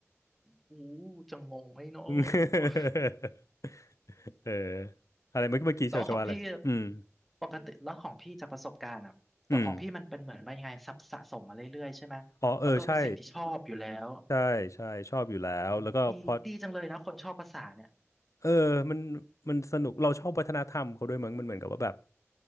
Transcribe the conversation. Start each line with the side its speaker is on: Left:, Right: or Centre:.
Centre: โหจะงงไหมเนา
Left: <laughs>
Centre: ะ
Left: เอออะไรเมื่อกี้เมื่อกี้ชาวจะว่าอะไรอืม
Centre: <laughs> แต่ว่าของพี่ปกติแล้วของพี่จากประสบการณ์อ่ะแต่ของพี่มันเป็นเหมือนวปนยังไงสะสะสมมาเรื่อยๆใช่ไหมแล้วก็เป็นสิ่งที่ชอบอยู่แล้ว
Left: อืมอ๋อเออใช่ใช่ใช่ชอบอยู่แล้วแล้วก็พอ
Centre: เออดีดีจังเลยนะคนชอบภาษาเนี่ย
Left: เออมันมันสนุก เราชอบวัฒนธรรมเขาด้วยมั้งมันเหมือนกับว่าแบบ